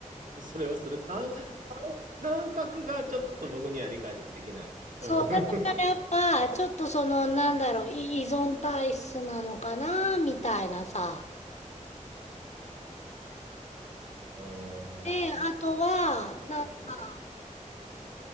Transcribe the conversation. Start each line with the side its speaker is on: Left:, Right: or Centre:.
Right: それをする感、感感覚がちょっと僕には理解できない。
Left: そう、
Right: うん。<laughs>
Left: だからやっぱ、ちょっとその、なんだろう、い依存体質なのかなみたいなさ。
Right: あー
Left: で、あとは、
Right: なるほどね。
Left: なんか、